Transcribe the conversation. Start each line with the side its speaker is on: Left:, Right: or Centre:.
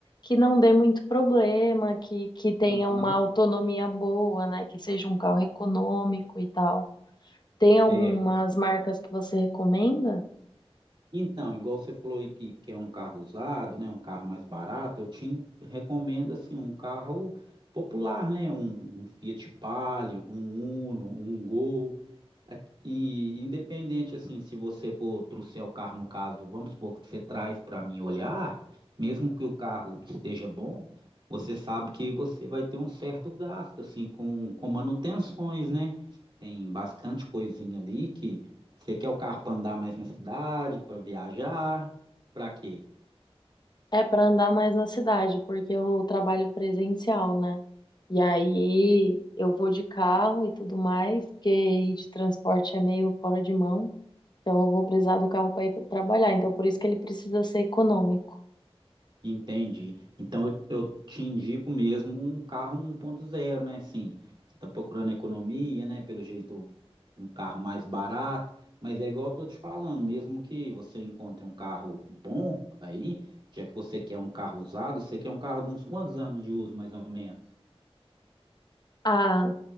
Left: que não dê muito problema, que que tenha
Right: Aham.
Left: uma autonomia boa, né, que seja um carro econômico e tal. Tem algumas
Right: Certo.
Left: marcas que você recomenda?
Right: Então, igual você falou aí que quer um carro usado, né, um carro mais barato, eu te recomendo assim um carro popular, né, um, um Fiat Palio, um Uno, um Gol. Aqui- E independente assim, se você for trouxer o carro, no caso, vamos supor que você traz para mim olhar, mesmo que o carro esteja bom, você sabe que você vai ter um certo gasto assim com, com manutenções, né? Tem bastante coisinha ali que você quer o carro para andar mais na cidade, para viajar, para quê?
Left: É para andar mais na cidade, porque eu trabalho presencial, né? E aí eu vou de carro e tudo mais, porque ir de transporte é meio fora de mão. Então, eu vou precisar do carro para ir pra trabalhar. Então, por isso que ele precisa ser econômico.
Right: Entendi. Então eu, eu te indico mesmo um carro 1.0, né? Assim, você está procurando economia, né? Pelo jeito, um carro mais barato, mas é igual eu tô te falando, mesmo que você encontre um carro bom aí, já que você quer um carro usado, você quer um carro de uns quantos anos de uso, mais ou menos?
Left: Ah,